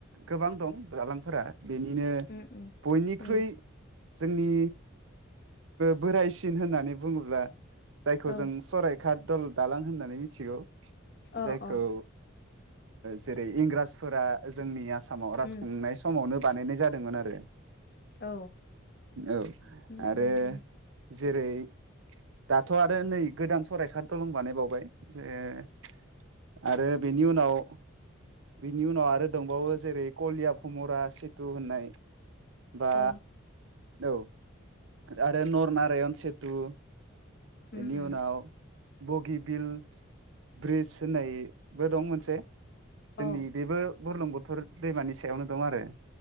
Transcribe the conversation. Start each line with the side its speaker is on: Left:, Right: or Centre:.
Right: गोबां दं दालांफोरा बेनिनो
Left: उम उम
Right: बयनिख्रुइ
Left: उम
Right: जोंनि बोराइ सिन होननानै बुङोब्ला जायखौ
Left: औ
Right: जों सरायघाट दालां होननानै मिथिगौ।
Left: औ
Right: जायखौ
Left: औ
Right: जेरै इंराजफोरा जोंनि आसाम आसामाव राज
Left: उम
Right: खुंनाय समावनो बानायनाय जादोंमोन आरो।
Left: औ
Right: औ
Left: उम
Right: आरो
Left: उम उम
Right: जेरै - दाथ' आरो नै गोदान सरायघाट दलं बानाय बावबाय जे ओ। आरो बेनि उनाव बिनि उनाव आरो दंबावो जेरै कलिया भमरा सेतु होननाय बा
Left: अ
Right: औ आरो नरनारायण सेतु।
Left: उम
Right: एनि
Left: उम
Right: उनाव बगि बिल ब्रिज होननाय-बो दं मोनसे। जोंनि
Left: औ
Right: बेबो बुरलुंबुथुर दैमानि सायावनो दं आरो।